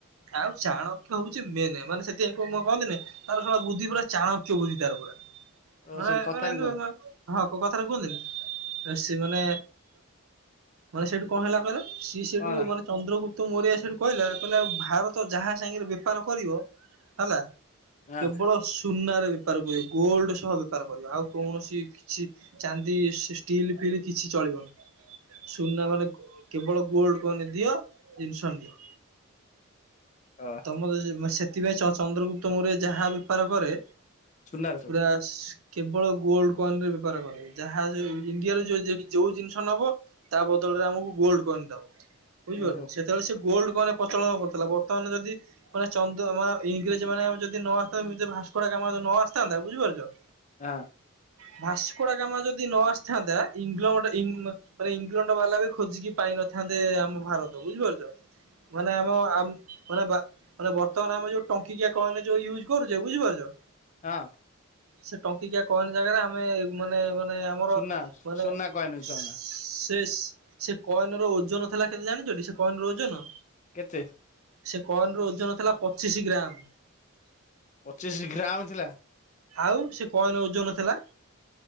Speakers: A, on the right; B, on the left.
A: ଆଉ ଚାଣକ୍ୟ ହଉଛି ମେନ ମାନେ ସେଥିପାଇଁ କ କହନ୍ତିନି ତାର ସଲା ବୁଦ୍ଧି ପୁରା ଚାଣକ୍ୟ ବୁଦ୍ଧି ତାର ପୁରା।
B: ଓ
A: ମାନେ
B: ସେ କଥାରେ
A: ମାନେ
B: କୁହନ୍ତୁ
A: ହଁ କଥାରେ କୁହନ୍ତିନି ସେ ମାନେ ମାନେ ସେଇଠୁ କଣ ହେଲା କହିଲ? ସିଏ ସେଇଠୁ
B: କଣ
A: ମାନେ ଚନ୍ଦ୍ରଗୁପ୍ତ ମୋରିଆ ସେଠୁ କହିଲା, କହିଲା ଭାରତ ଯାହା ସାଙ୍ଗରେ ବେପାର କରିବ ହେଲା
B: ହଁ ହଁ
A: କେବଳ ସ୍ ଟୁନାରେ ବେପାର କରିବ ଗୋଲଡ ସହ ବେପାର କରିବ। ଆଉ କୌଣସି କିଛି ଚାନ୍ଦି ସେ ଷ୍ଟିଲ୍ ଫିଲ୍ କିଛି ଚଳିବନି। ସୁନା ମାନେ କେବଳ ଗୋଲଡ କଏନ ଦିଅ ଜିନିଷ ନିଅ।
B: ଆ
A: ମୋ ସେଥିପାଇଁ ଚନ୍ଦ୍ରଗୁପ୍ତ ମୋର୍ୟ ଯାହା ବେପାର କରେ,
B: ସୁନାରେ ସବୁ
A: ପୁରା ସେ କେବଳ ଗୋଲଡ କଏନରେ ବେପାର କରେ। ଯାହା ଇଣ୍ଡିଆରେ ଯୋଉ ଜିନିଷ ନବ ତା ବଦଳରେ ଆମକୁ ଗୋଲଡ କଏନ ଦବ ବୁଝିପାରଛ?
B: ଓହୋ
A: ସେତେବେଳେ ସେ ଗୋଲଡ କଏନ ପ୍ରଚଳନ କରୁଥିଲା। ବର୍ତ୍ତମାନ ଯଦି ମାନ ଚନ୍ଦ୍ର ଆ ଇଂରେଜ ମାନେ ଯଦି ନ ଆସତା ଭସ୍କୋଡାଗାମା ଯଦି ନ ଆସିଥାନ୍ତା ବୁଝିପାରୁଛ?
B: ଆଁ।
A: ଭାସ୍କୋଡା ଗାମା ଯଦି ନ ଆସିଥାନ୍ତା ଇଂଲମଣ୍ଡ ଇଙ୍ଗ୍ ମାନେ ଇଂଲଣ୍ଡ ବାଲା ବି ଖୋଜିକି ପାଇନଥାନ୍ତେ ଆମ ଭାରତ। ବୁଝିପାରୁଛ? ମାନେ ଆମ ଆମ ମାନେ ଭା ମାନେ ବର୍ତ୍ତମାନ ଆମ ଯୋଉ ଟଙ୍କିକିଆ କଏନ୍ ଯଉ ୟୁଜ କରୁଛେ, ବୁଝିପାରୁଛ।
B: ହଁ।
A: ସେ ଟଙ୍କିକିଆ କଏନ ଜାଗାରେ ଆମେ ମାନେ ମାନେ ଆମର
B: ସୁନା
A: ମାନେ
B: ସୁନା କଏନ
A: ସେ
B: ସୁନା
A: ସେ କଏନ ର ଓଜନ ଥିଲା କେତେ ଜାଣିଛ ଟି ସେ କଏନ ର ଓଜନ?
B: କେତେ?
A: ସେ କଏନ ର ଓଜନ ଥିଲା ପଚିଶି ଗ୍ରାମ୍।
B: ପଚିଶି ଗ୍ରାମ ଥିଲା?
A: ଆଉ ସେ କଏନ ଓଜନ ଥିଲା।